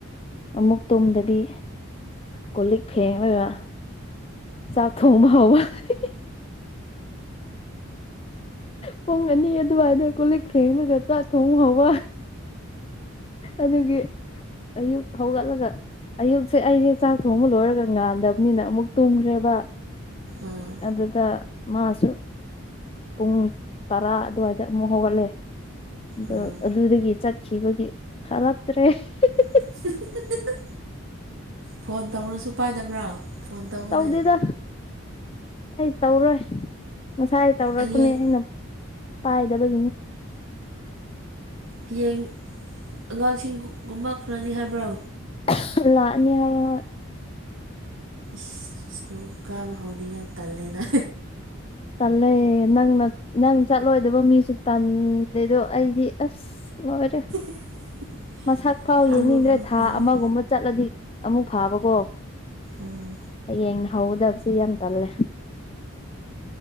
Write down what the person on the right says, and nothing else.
ꯑꯥ
ꯑꯥ
<unintelligible> ꯐꯣꯟ ꯇꯧꯔꯁꯨ ꯄꯥꯏꯗꯕ꯭ꯔꯥ ꯐꯣꯟ ꯇꯧꯑꯣꯅꯦ
ꯍꯌꯦꯡ
ꯍꯌꯦꯡ ꯑꯉꯥꯡꯁꯤꯡ ꯀꯨꯝꯃꯛ ꯈꯔꯅꯤ ꯍꯥꯏꯕ꯭ꯔꯣ
ꯁꯀꯨꯜ ꯀꯥꯕ ꯍꯥꯎꯅꯤꯉꯥꯏ ꯇꯜꯂꯦꯗ
<inaudible>
ꯈꯜꯂꯨꯔꯒ
ꯇꯜꯂꯦ
ꯎꯝ